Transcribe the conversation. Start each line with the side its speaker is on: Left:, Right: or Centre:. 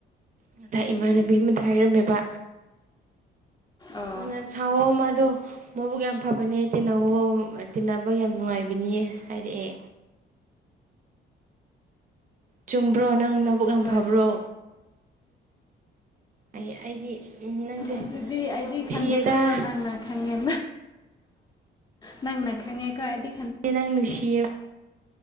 Right: ꯉꯁꯥꯏ ꯏꯃꯥꯟꯅꯕꯤ ꯑꯃꯗ ꯍꯥꯏꯔꯝꯃꯦꯕ
Left: ꯑꯣ
Right: ꯃꯥꯅ ꯁꯥꯋꯣ ꯃꯥꯗꯣ ꯃꯕꯨꯛ ꯌꯥꯝ ꯐꯕꯅꯦ ꯇꯤꯟꯅꯋꯣ ꯇꯤꯟꯅꯕ ꯌꯥꯝ ꯅꯨꯡꯉꯥꯏꯕꯅꯤꯌꯦ ꯍꯥꯏꯔꯛꯑꯦ ꯆꯨꯝꯕ꯭ꯔꯣ ꯅꯪ ꯅꯕꯨꯛ ꯌꯥꯝ
Left: ꯍꯣꯏ
Right: ꯐꯕ꯭ꯔꯣ ꯑꯩ ꯑꯩꯗꯤ ꯎ ꯅꯪꯁꯦ
Left: ꯑꯗꯨꯗꯤ ꯑꯩꯗꯤ
Right: ꯅꯨꯡꯁꯤꯌꯦꯗ
Left: ꯈꯟꯗꯦꯀꯣ ꯅꯪꯅ ꯈꯪꯉꯦ ꯅꯪꯅ ꯈꯪꯉꯦꯀꯣ ꯍꯥꯏꯗꯤ
Right: ꯑ ꯅꯪ ꯅꯨꯡꯁꯤꯌꯦ